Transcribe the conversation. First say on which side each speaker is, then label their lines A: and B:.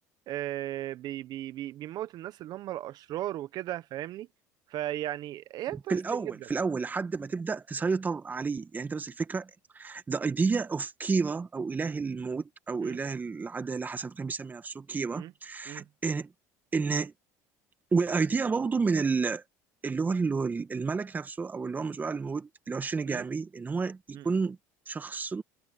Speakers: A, on the right; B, on the right.
A: آه، بي بي بي بيموت الناس اللي هم الاشرار وكده فاهمني فيعني هي انترستنج
B: في الاول
A: جدا
B: في الاول لحد ما تبدا تسيطر عليه يعني انت بس الفكره ذا ايديا اوف كيرا او اله الموت او
A: م-
B: اله العداله حسب كان بيسمي نفسه كيرا
A: م- م-
B: ان ان وايديا برضه من ال... اللي هو اللي هو الملك نفسه او اللي هو مزوع الموت اللي هو شينيجامي
A: م-
B: ان هو يكون
A: م-
B: شخص